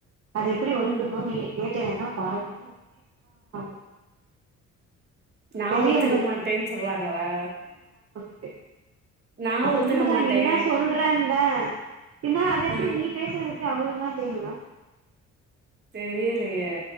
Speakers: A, on the right; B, on the right.
A: அது எப்படி ஒத்துரு
B: ம்
A: <unintelligible> கேட்டு வேனா பாருங்க <unintelligible>
B: நா
A: பெரியவளுக்கு
B: ஒத்துக்க மாட்டேன் சொல்றாங்களா
A: ஆமா
B: நா
A: அது
B: ஒத்துக்க
A: உண்மதா
B: மாட்டே
A: நீ என்னா சொல்ற ஆ ஏன்னா அது எப்படி
B: ஆ
A: நீ பேசுனது எப்டி அவுங்ளுக்லா தெரியு
B: தெரியலையே